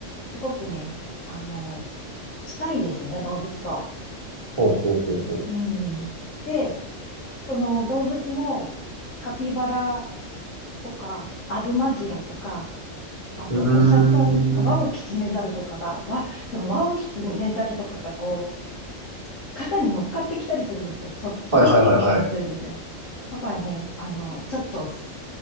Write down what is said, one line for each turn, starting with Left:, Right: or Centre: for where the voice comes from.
Left: すごくね、あの、近いんですよね、動物と。
Right: ほうほうほうほ
Left: うん。で、その動物も、カピバラとか、アルマジロとか、あと、
Right: う。う
Left: お猿さん、ワオキツネザルとかが、
Right: ーん。
Left: わ、そのワオキツネザルとかがこう、肩に乗っかってきたりするんですよ。と、飛びついてきたりするんですよ。
Right: はい、はい、はい、はい。
Left: だからね、あの、ちょっと、す